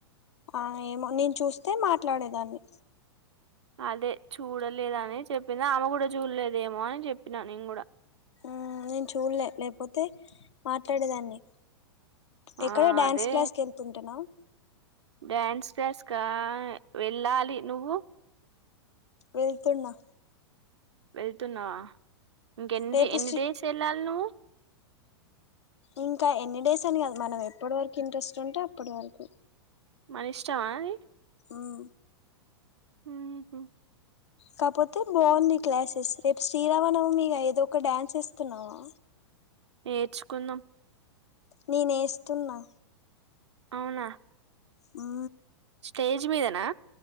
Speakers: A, on the left; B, on the right.
A: ఆ ఏమో నేను చూస్తే మాట్లాడేదాన్ని
B: అదే చూడలేద అని చెప్పిందా ఆమే కూడా చూడలేదేమో అని చెప్పినా నేను కూడా
A: ఆ నేను చూడలే లేకపోతే మాట్లాడేదాన్ని
B: ఆ
A: ఎక్కడ డ్యాన్స్
B: అదే
A: క్లాస్ కి వెళ్తుంటున్నా
B: డ్యాన్స్ క్లాస్కా వెళ్ళాలి నువ్వు
A: వెళ్తున్నా
B: వెళ్తున్నావా ఇంక ఎన్ని
A: రేపు
B: ఎన్ని
A: శ్రీ
B: డేస్ వెళ్ళాలి నువ్వు
A: ఇంకా ఎన్ని డేస్ అని కదా మనం ఎప్పటి వరకు ఇంట్రెస్ట్ ఉంటే అప్పటి వరకు
B: మన ఇష్టమా అ
A: అవు
B: హా
A: కాకపోతే బాగుంది క్లాసెస్ రేపు శ్రీరామణవు మీగా ఏదో ఒక డ్యాన్స్ ఇేస్తున్నావా
B: నేర్చుకుందం
A: నేనే వస్తున్నా
B: అవునా
A: హా
B: స్టేజ్ మీదనా